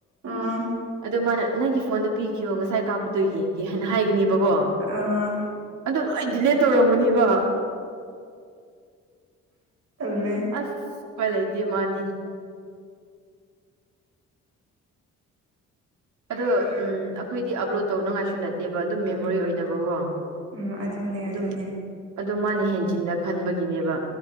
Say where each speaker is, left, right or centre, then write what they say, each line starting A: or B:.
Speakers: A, on the right; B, on the right.
A: ꯑꯥ
B: ꯑꯗꯨ ꯃꯥꯅ ꯅꯪꯒꯤ ꯐꯣꯟꯗꯣ ꯄꯤꯈꯤꯌꯣ ꯉꯁꯥꯏ ꯀꯥꯞꯄꯗꯣ ꯌꯦꯡꯒꯦ ꯍꯥꯏꯅ ꯍꯥꯏꯒꯅꯤꯕꯀꯣ
A: ꯑꯥ
B: ꯑꯗꯨ ꯂꯣꯏ ꯗꯤꯂꯦꯠ ꯇꯧꯔꯝꯒꯅꯤꯕ
A: ꯇꯜꯂꯦ
B: ꯑꯁ ꯎꯄꯥꯏ ꯂꯩꯇꯦ ꯃꯥꯗꯤ ꯑꯗꯣ ꯎꯝ ꯑꯩꯈꯣꯏꯗꯤ ꯑꯞꯂꯣꯗ ꯇꯧꯅꯤꯉꯥꯏꯁꯨ ꯅꯠꯇꯦꯕ ꯑꯗꯨꯝ ꯃꯦꯃꯣꯔꯤ ꯑꯣꯏꯅꯕꯀꯣ
A: ꯎꯝ ꯑꯗꯨꯅꯦ
B: ꯑꯗꯨꯝ
A: ꯑꯗꯨꯅꯦ
B: ꯑꯗꯣ ꯃꯥꯅ ꯍꯦꯟꯆꯤꯟꯅ ꯈꯟꯕꯒꯤꯅꯦꯕ